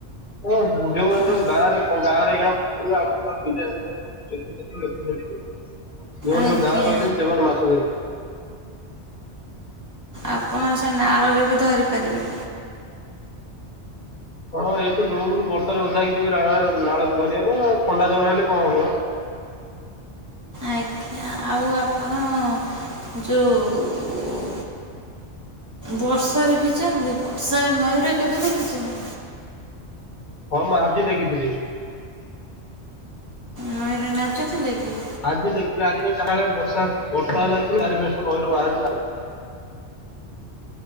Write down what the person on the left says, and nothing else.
ହଁ ଯୋଉମାନୋ
ସବୁ ଗାଁରେ ଗାଁରେ କ। <inaudible> ଯୋଉମାନେ ସବୁ
ଗାଁରେ ରହିଛନ୍ତି ସେମାନେ ମାଛ ଧରି
ହଁ ଏଠୁ ରୁମ୍ ରୁ ବର୍ଷାରେ ଓଦା ହେଇକି ଯିବି ନାଳକୁ ଧରିବା ପାଇଁ ଥଣ୍ଡା ଜ୍ୱର ହେଲେ କଣ ହବ ବା
ହଁ ମୁଁ ଆଜି ଦେଖିଥିଲି।
ଆଜି ଦେଖିଲେ ଆଜି ଚାଳେ ବର୍ଷା ବର୍ଷା ହେଲା ଜେତେବେ ଲଳେ ଚାରି ପନ୍ଚ୍ ଟା ଧାଇଲୁ ବାହାରିଲା।